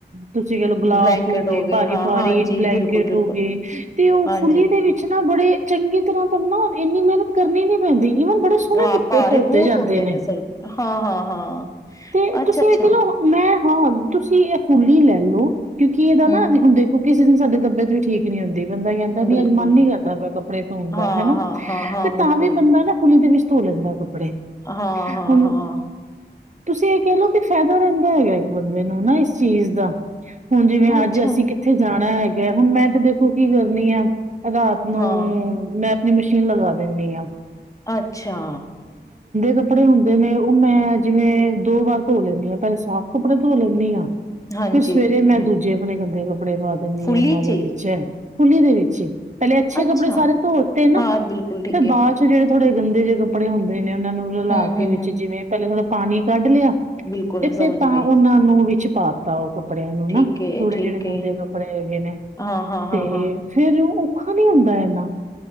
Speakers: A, on the right; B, on the left.
A: ਤੁਸੀਂ ਕੈਲੋ ਗਲਾਫ
B: ਬਲੈਂਕਟ
A: ਹੋ ਗਏ, ਭਾਰੀ-ਭਾਰੀ
B: ਹਾਂ, ਹਾਂਜੀ
A: ਬਲੈਂਕੇਟ
B: ਬਿਲਕੁਲ, ਬਿਲਕੁਲ
A: ਹੋ ਗਏ, ਤੇ ਓ
B: ਹਾਂਜੀ
A: ਫੁੱਲੀ ਦੇ ਵਿੱਚ ਨਾ ਬੜੇ ਚੰਗੀ ਤਰ੍ਹਾਂ ਤਨ ਨਾ ਇੰਨੀ ਮੈਨਤ ਕਰਨੀ ਨੀ ਪੈਂਦੀ। ਈਵਨ ਬੜੇ ਸੋਣੇ
B: ਹਾਂ
A: ਤੁ
B: ਭਾਰੇ
A: ਧੋਤੇ
B: ਬਹੁਤ
A: ਜਾਂਦੇ
B: ਹੁੰਦੇ
A: ਨੇ,
B: ਸਰ ਹਾਂ, ਹਾਂ, ਹਾਂ
A: ਤੇ
B: ਅੱਛਾ,
A: ਤੁਸੀਂ
B: ਅੱਛਾ
A: ਏ ਕੈ ਲਓ ਮੈਂ ਹਾਂ ਤੁਸੀਂ ਐ ਫੁੱਲੀ ਲੈ ਲਓ, ਕਿਉਂਕਿ ਏਦਾ
B: ਹੂੰ।
A: ਨਾ ਹੁਣ ਦੇਖੋ ਕਿਸੇ ਦਿਨ ਸਾਡੀ ਤਬੀਅਤ ਵੀ ਠੀਕ ਠੀਕ ਨੀਂ ਹੁੰਦੀ। ਬੰਦਾ ਕੈਂਦਾ ਨੀਂ
B: ਬਿਲਕੁਲ
A: ਐ ਅੱਜ ਮਨ ਨੀ ਕਰਦਾ ਪੇਆ ਕੱਪੜੇ ਧੋਣ ਦਾ
B: ਹਾਂ,
A: ਹੈਨਾ,
B: ਹਾਂ, ਹਾਂ, ਹਾਂ
A: ਤੇ
B: ਬਿਲਕੁਲ
A: ਤਾਂ ਵੀ ਬੰਦਾ ਨਾ ਫੁੱਲੀ ਦੇ ਵਿੱਚ ਧੋ ਲੈਂਦਾ ਕੱਪ ਬੜੇ,
B: ਹਾਂ, ਹਾਂ,
A: ਹੁਣ,
B: ਹਾਂ।
A: ਤੁਸੀਂ ਏ ਕੈ ਲਓ ਕਿ ਫਾਇਦਾ ਰਹਿੰਦਾ ਹੈਗਾ ਇੱਕ ਬੰਦੇ ਨੂੰ ਨਾ ਇਸ ਚੀਜ਼ ਦਾ ਹੁਣ ਜਿਵੇਂ
B: ਅੱਛਾ
A: ਅੱਜ ਅਸੀਂ ਕਿੱਥੇ ਜਾਣਾ ਮੈਂ ਹੈਗੇ ਹੁਣ ਮੈਂ ਦੇਖੋ ਕੀ ਕਰਨੀ ਆ। ਰਾਤ ਨੂੰ
B: ਹਾਂ
A: ਮੈਂ ਮਸ਼ੀਨ ਲਗਾ ਦਿੰਨੀ ਆਂ।
B: ਅੱਛਾ,
A: ਕੱਪੜੇ ਹੁੰਦੇ ਨੇ ਉਹ ਮੈਂ ਜਿਵੇਂ ਦੋ ਵਾਰ ਧੋ ਲੈਂਦੀ ਹਾਂ, ਪਹਿਲੇ ਸਾਫ਼ ਕੱਪੜੇ ਧੋ ਲੈਂਦੀ ਹਾਂ।
B: ਹਾਂਜੀ
A: ਫਿਰ ਸਵੇਰੇ
B: ਹੂੰ
A: ਮੈਂ ਦੂਜੇ ਆਪਣੇ ਗੰਦੇੇ ਕੱ ਕੱਪੜੇ ਪਾ ਦਿੰਨੀ
B: ਫੁੱਲੀ
A: ਆਂ ਇਹਨਾਂ ਦੇ
B: ਚੀ
A: ਫੁਲੀ ਦੇ ਵਿੱਚ ਹੀ ਪਹਿਲੇ ਅੱਛੇ
B: ਅੱਛਾ
A: ਕੱਪੜੇ ਸਾਰੇ ਧੋਤੇ ਨਾ
B: ਹਾਂ ਬਿਲਕੁਲ ਠੀਕ
A: ਤੇ
B: ਹੈ
A: ਬਾਅਦ ਚ ਜਿਹੜੇ ਥੋੜੇ ਗੰਦੇ ਜੇ ਕੱਪੜੇ ਹੁੰਦੇ ਆ। ਨੇ ਉਹਨਾਂ ਨੂੰ ਰਲਾ
B: ਹੂੰ,
A: ਕੇ
B: ਹੂੰ,
A: ਵਿੱਚ
B: ਹੂੰ
A: ਜਿਵੇਂ ਪਹਿਲੇ ਥੋੜਾ ਪਾਣੀ ਕੱਢ ਲਿਆ
B: ਬਿਲਕੁਲ
A: ਤੇ ਫਿਰ
B: ਸਮਝ
A: ਤਾਂ
B: ਗਏ।
A: ਉਹਨਾਂ ਨੂੰ ਵਿੱਚ ਪਾਤਾ ਉਹ ਕੱਪੜਿਆਂ ਨੂੰ
B: ਠੀਕ
A: ਨਾ
B: ਏ
A: ਥੋੜੇ
B: ਠੀਕ
A: ਜਿਹੜੇ
B: ਏ
A: ਗੰਦੇ ਕੱਪੜੇ ਹੈਗੇ ਨੇ।
B: ਹਾਂ ਹਾਂ ਹਾਂ
A: ਤੇ
B: ਹਾਂ
A: ਫਿਰ ਔਖਾ ਨੀ ਹੁੰਦਾ ਇੰਨਾ।